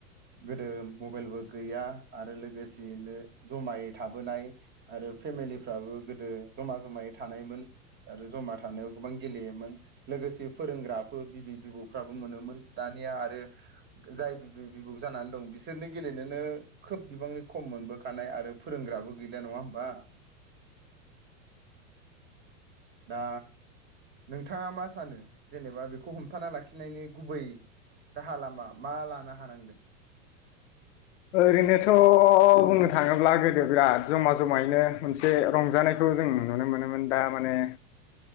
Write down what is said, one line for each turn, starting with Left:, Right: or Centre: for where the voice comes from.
Right: गोदो मबाइलबो गैया आरो लोगोस सेयैनो जमायै थाबोनाय आरो फेमिलिफ्राबो गोदो ज'मा ज'मायै थानायमोन आरो ज'मा थानायाव गोबां गेलेयोमोन लोगोसे फोरोंग्राफो बिबै-जिबौफ्राबो मोनोमोन। दानिया आरो जाय बिबै-बिबौ जानानै दं बिसोरनो गेलेनोनो खोब बिबांनि खम मोनबोखानाय आरो फोरोंग्राबो गैलिया नङा होमबा? <inaudible> दा नोंथाङा मा सानो जेनेबा बेखौ हमथाना लाखिनायनि गुबै राहा लामा मा लानो हानांगोन?
Left: ओरैनो थ थ' बुंनो थाङोब्ला गोद दो बिराद ज'मा ज'मायैनो मोनसे रंजानायखौ जों नुनो मोनोमोन दा माने